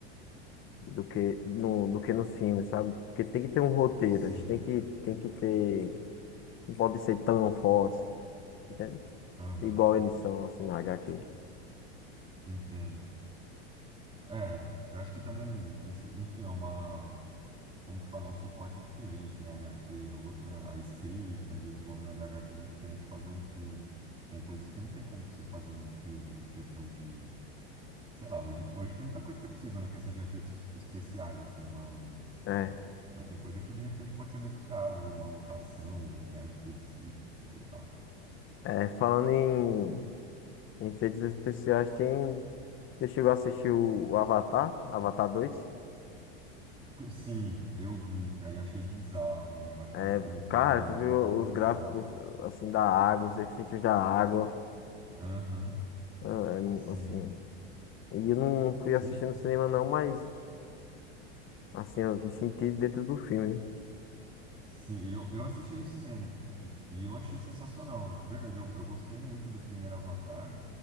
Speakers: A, on the left; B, on the right.
A: Do que, no, do que nos filmes, sabe? Porque tem que ter um roteiro,
B: Sei.
A: eles têm que, tem que ter. Não pode ser tão forte. entende?
B: Aham.
A: Igual eles são, assim, na HQ.
B: Entendo. É, eu acho que também, esse- enfim, é uma. como que falar, um suporte diferente, né? HQ é outra, a escrita e o desenvolvimento da HQ é muito diferente de fazer um filme. Tipo, tem coisas que não tem como você fazer num filme em questão de, sei lá, hoje, hoje tem muita coisa que é possível, né? Questão de efeitos especiais, assim, mas,
A: É,
B: mas tem coisa que de repente pode ser muito caro, uma locação, um lugar específico, sei lá.
A: é, falando em, em efeitos especiais, tem... Você chegou a assistir o, o Avatar, Avatar dois
B: Sim, eu vi, cara, e achei bizarro, né? Eu acho
A: É,
B: que é um filme que
A: cara,
B: é
A: tu viu
B: muito avançado.
A: os gráficos, assim, da água, os efeitos da água,
B: Aham,
A: é, é mu-
B: sim,
A: assim... E eu não fui
B: sim.
A: assistindo cinema não, mas, assim, eu me senti dentro do filme, né?
B: Sim, eu, eu assisti no cinema e, e eu achei sensacional, de verdade. Eu, eu gostei muito do primeiro Avatar.